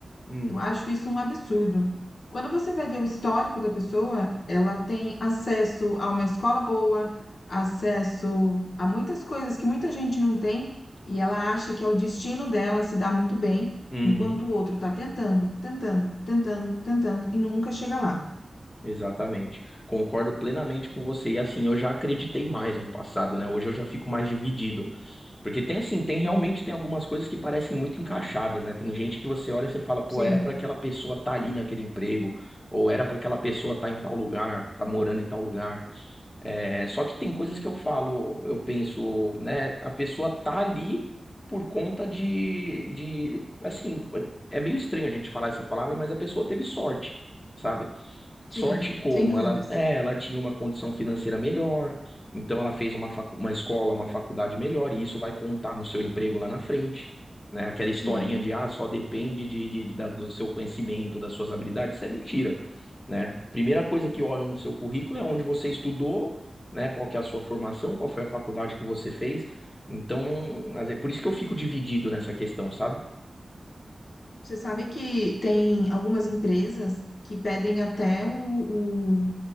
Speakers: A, on the left; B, on the left.
A: Hum,
B: Eu acho isso um absurdo. Quando você vai ver o histórico da pessoa, ela tem acesso a uma escola boa, acesso a muitas coisas que muita gente não tem, e ela acha que é o destino dela se dar muito bem,
A: uhum.
B: enquanto o outro está tentando, tentando, tentando, tentando e nunca chega lá.
A: Exatamente. Concordo plenamente com você. E assim, eu já acreditei mais no passado, né? Hoje eu já fico mais dividido. Porque tem assim, tem realmente tem algumas coisas que parecem muito encaixadas, né? Tem gente que você olha e você fala, pô,
B: Sim,
A: era pra aquela pessoa estar ali naquele emprego, ou era pra aquela pessoa estar em tal lugar, tá morando em tal lugar. É, só que tem coisas que eu falo, eu penso, né? A pessoa tá ali por conta de, de, assim, é meio estranho a gente falar essa palavra, mas a pessoa teve sorte, sabe?
B: sim,
A: Sorte como
B: sem dúvidas.
A: ela, é, ela tinha uma condição financeira melhor, então ela fez uma, facu- uma escola, uma faculdade melhor, e isso vai contar no seu emprego lá na frente, né? Aquela historinha
B: Sim.
A: de ah, só depende de, de- da- do seu conhecimento, das suas habilidades, isso é mentira, né? Primeira coisa que olham no seu currículo é onde você estudou, né? Qual que é a sua formação, qual foi a faculdade que você fez. Então, não, às vezes- por isso que eu fico dividido nessa questão, sabe?
B: Você sabe que tem algumas empresas que pedem até o, o,